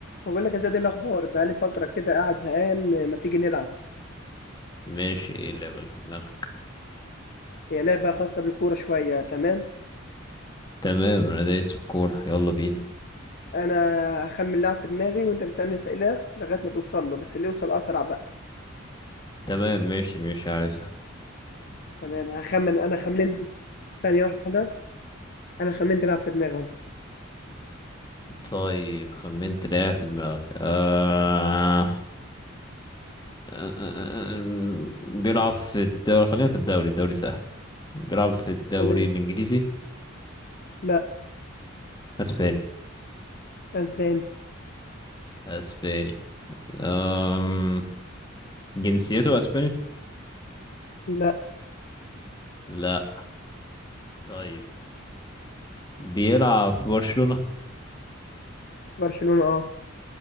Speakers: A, on the left; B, on the left.
A: بقول لك يا زياد إيه الاخبار بقالي فتره كده قاعد زهقان ما تيجي نلعب
B: ماشي ايه اللعبة اللي في دماغك
A: هي لعبه خاصه بالكوره شويه تمام
B: تمام انا دايس في الكورة يلا بينا
A: انا هخمن لاعب في دماغي وانت تسالني اسئله لغايه ما توصل له بس اللي يوصل اسرع بقى
B: تمام ماشي ماشي عارفها
A: تمام هخمن انا خمنت ثانيه واحده انا خمنت لاعب في دماغي اهو
B: طيب خمنت لعبة في دماغك آه... آه... آه... آه، آه، بيلعب في الدوري خلينا في الدوري الدوري سهل بيلعب في الدوري
A: تمام
B: الانجليزي
A: لا
B: اسباني
A: اسباني
B: اسباني آم... جنسيته اسباني
A: لا
B: لا طيب بيلعب في برشلونة
A: برشلونه اه